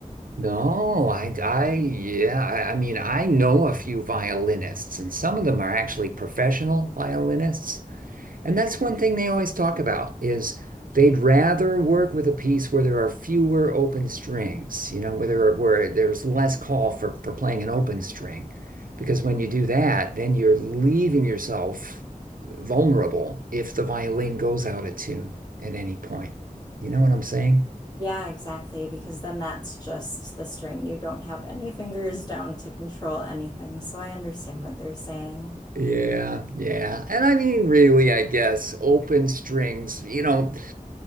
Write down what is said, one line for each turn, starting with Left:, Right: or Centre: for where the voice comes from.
Right: No, I, I, yeah, I, I mean, I know a few violinists, and some of them are actually professional violinists. And that's one thing they always talk about is they'd rather work with a piece where there are fewer open strings, you know, where there are, where there's less call for for playing an open string, because when you do that, then you're leaving yourself vulnerable if the violin goes out of tune at any point. You know what I'm saying?
Left: Yeah, exactly, because then that's just the string. You don't have any fingers down to control anything, so I understand what they're saying.
Right: Yeah, yeah. And I mean, really, I guess open strings, you know,